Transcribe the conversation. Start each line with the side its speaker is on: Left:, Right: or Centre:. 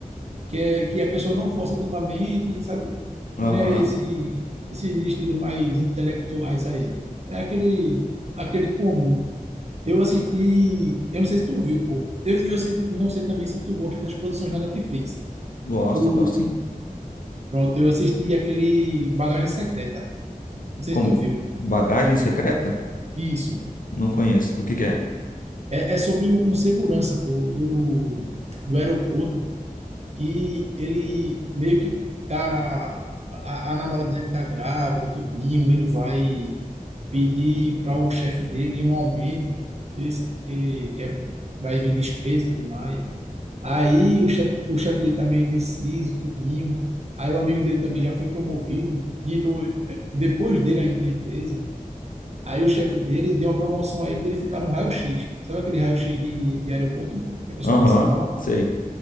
Right: que, é, que a pessoa não força totalmente, sabe?
Left: Aham.
Right: Né? Esse, esses estilos mais intelectuais aí. É aquele, aquele comum. Eu assisti, eu não sei se tu viu, pô. Eu, e eu sei- não sei também se tu gosta das produções da Netflix.
Left: Gosto,
Right: Tu,
Left: gosto sim.
Right: pronto, eu assisti aquele Bagagem Secreta. Não sei
Left: Como
Right: se tu viu.
Left: Bagagem Secreta?
Right: Isso.
Left: Não conheço. Do que que é?
Right: É, é sobre um, um segurança, pô, do, do aeroporto, que ele meio que tá. A, a namorada dele tá grávida, tudinho. Ele vai pedir para o chefe dele um aumento, esse porque quer, vai vir despesa e tudo mais. Aí o chefe, o chefe dele tá meio indeciso, tudinho. Aí o amigo dele também já foi promovido e entrou eh, depois dele ainda na empresa. Aí o chefe dele deu uma promoção a ele dele ficar no raio-x. Sabe aquele raio-x de, de aeroporto que a pessoa
Left: Aham,
Right: passa a mala?
Left: sei.